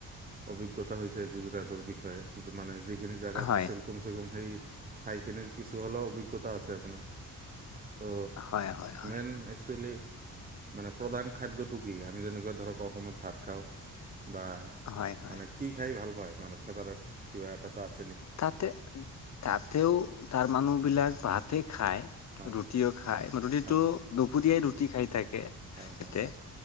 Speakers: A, on the right; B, on the left.
A: অভিজ্ঞতা হৈছে গুজৰাটৰ বিষয়ে। কিছুমানে যিখিনি জাগাত
B: হয়
A: আছিল। কুমচো গোম সেই ঠাইখিনিৰ কিছু হ'লেও অভিজ্ঞতা আছে আপোনাৰ তো।
B: হয় হয় হয়
A: উম, একচুৱেলি মানে প্ৰধান খাদ্যটো কি, আমি যেনেকুৱা। ধৰক অসমত ভাত খাওঁ, বা
B: হয় হয়
A: মানে কি খাই ভাল পায় মানে ফেভাৰেট। কিবা এটা তা আচ।
B: তাতে তাতেও তাৰ মানুহ বিলাক ভাতে খায়।
A: হয়
B: ৰুটিও খাই ৰুটিটো
A: হয়
B: দুপুৰীয়াই ৰুটি খাই থাকে
A: হয়
B: তাতে।
A: হয়